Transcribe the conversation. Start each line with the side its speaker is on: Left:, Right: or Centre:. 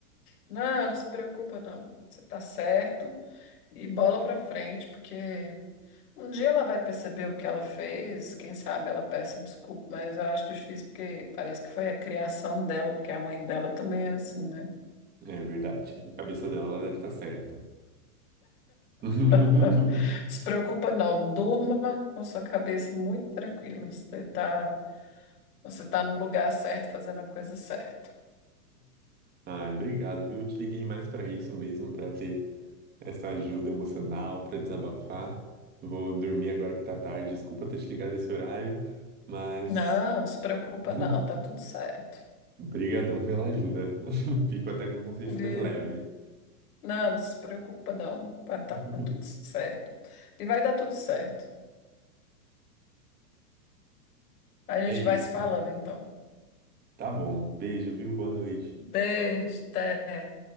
Left: Não, não se preocupa, não. Você está certo e bola para frente, porque Um dia ela vai perceber o que ela fez, quem sabe ela peça desculpa, mas eu acho difícil porque parece que foi a criação dela, porque a mãe dela também é assim, né?
Right: É verdade, né? A cabeça dela, ela deve estar certa. <laughs>
Left: <laughs> Se preocupa não, durma com sua cabeça muito tranquila, você tá, você tá no lugar certo, fazendo a coisa certa.
Right: Ah, obrigado, viu? Eu te liguei mais para isso mesmo, para ter essa ajuda emocional, para desabafar. Vou dormir agora que tá tarde. Desculpa ter te ligado esse horário, mas
Left: Não, despreocupa
Right: <laughs>
Left: não, tá tudo certo.
Right: brigadão pela ajuda. <laughs> Fico até com a consciência
Left: E,
Right: mais leve.
Left: não, despreocupa não, tá, tá
Right: <laughs>
Left: tudo certo. E vai dar tudo certo. A gente
Right: É isso.
Left: vai se falando então.
Right: Tá bom. Beijo, viu? Boa noite.
Left: Beijo, até.